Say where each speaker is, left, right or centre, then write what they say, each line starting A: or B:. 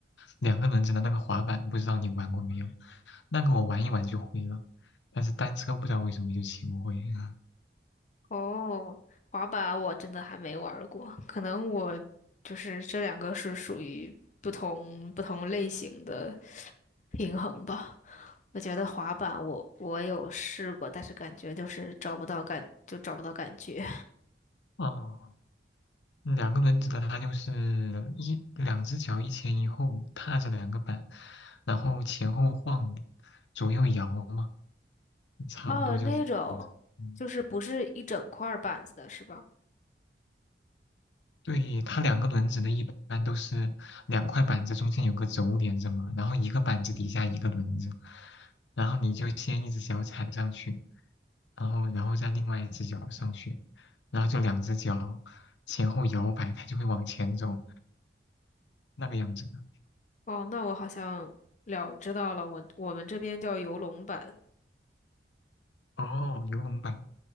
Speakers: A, on the left; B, on the left.
A: 两个轮子的那个滑板，不知道你玩过没有？那个我玩一玩就会了，但是单车不知道为什么就骑不会。<laughs>
B: 哦，滑板我真的还没玩儿过，可能我就是这两个是属于不同不同类型的平衡吧。我觉得滑板我我有试过，但是感觉就是找不到感，就找不到感觉。
A: 哦，两个轮子的它就是一两只脚一前一后踏着两个板，然后前后晃，左右摇嘛，
B: <laughs>
A: 差不多就是这样子。
B: 哦，那种就是不是一整块儿板子的是吧？
A: 嗯，对，它两个轮子的，一般都是两块板子中间有个轴连着嘛，然后一个板子底下一个轮子，然后你就先一只脚踩上去，然后然后再另外一只脚上去，然后就两只脚前后摇摆，它就会往前走，那个样子的。
B: 哦，那我好像了知道了，我我们这边叫游龙板。
A: 哦，游龙板。